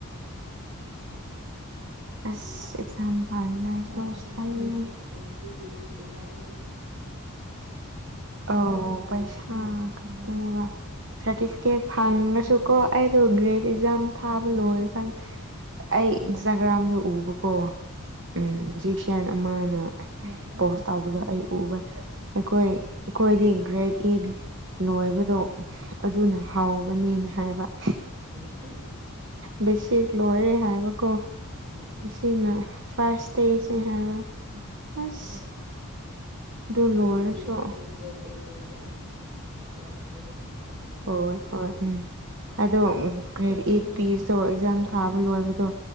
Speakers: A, on the right; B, on the right.
A: ꯑꯁ ꯑꯦꯛꯖꯥꯝ ꯊꯥꯅꯤ ꯍꯥꯏ ꯁꯣꯁꯇꯅꯤ
B: ꯃ꯭ꯌꯨꯖꯤ ꯏꯗꯤ ꯇꯨꯃꯥꯏꯅ
A: ꯑꯧ ꯄꯩꯁꯥ ꯈꯥꯇꯅꯦꯕ ꯁꯥꯔꯇꯤꯐꯤꯀꯦꯠ ꯐꯪꯉꯁꯨ ꯀꯣ ꯑꯩꯗꯣ ꯒ꯭ꯔꯦꯗ
B: ꯎꯝ
A: ꯑꯦꯛꯖꯥꯝ ꯊꯥꯕ ꯂꯣꯏꯔꯀꯥꯟꯗ ꯑꯩ ꯏꯟꯁꯇꯥꯒ꯭ꯔꯥꯝꯗ ꯎꯕꯀꯣ ꯎꯝ ꯍꯧꯖꯤꯛꯁꯤꯌꯥꯟ ꯑꯃꯅ ꯄꯣꯁ ꯇꯧꯕꯗꯣ ꯑꯩ ꯎꯕ ꯑꯩꯈꯣꯏ ꯑꯩꯈꯣꯏꯗꯤ ꯒ꯭ꯔꯦꯠ ꯏ ꯂꯣꯏꯕꯗꯣ ꯑꯗꯨꯅ ꯍꯥꯎꯕꯅꯦꯅ ꯍꯥꯏꯕ
B: <unintelligible>
A: ꯕꯦꯁꯤ ꯂꯣꯏꯔꯦ ꯍꯥꯏꯕꯀꯣ
B: ꯎꯝ
A: ꯁꯤꯅ ꯐꯥꯔꯁ ꯏꯁꯇꯦꯖꯅꯤ ꯍꯥꯏꯕ
B: ꯎꯝ
A: ꯑꯁ ꯑꯗꯨ
B: ꯑꯩꯈꯣꯏꯒꯤꯗꯤ
A: ꯂꯣꯏꯔꯁꯨ
B: ꯑ ꯒ꯭ꯔꯦꯗ ꯑꯦꯗꯣ ꯌꯥꯝ ꯋꯥꯡꯕꯒꯨꯝꯅ ꯈꯟꯂꯕ
A: ꯍꯣꯏ ꯍꯣꯏ ꯎꯝ ꯑꯗꯣ ꯀ꯭ꯔꯦꯗꯤ ꯑꯩꯠ ꯄꯤꯁꯇꯣ ꯑꯦꯛꯖꯥꯝ ꯊꯥꯕ ꯂꯣꯏꯕꯗꯣ